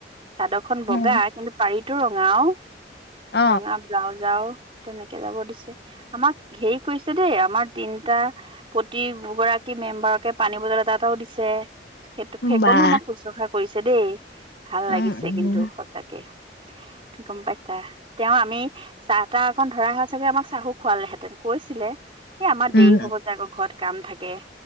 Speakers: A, on the right; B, on the left.
A: চাদৰ খন বগা
B: উম
A: কিন্তু পাৰীত টো ৰঙাও
B: অ।
A: ৰঙা ব্লাওজ আও তেনেকে যাব দিছে, আমাক হেৰি কৰিছে দেই আমাৰ তিনটা প্ৰতি গৰাকী মেম্বাৰকে পানী বটল এটা এটাও দিছে। সেইটোক সেইকনো
B: বা
A: আমাক শুশ্ৰূষা কৰিছে দেই। ভাল
B: উম
A: লাগিছে
B: উম
A: কিন্তু সঁচাকে গম পাইছা, তেওঁ আমি চাহ-তাহ অকন ধৰা হয় চাগে আমাক চাহো খোৱালেহেঁতেন, কৈছিলে এ আমাৰ দেৰি
B: উম
A: হব যে আকৌ ঘৰত কাম থাকে। তাকে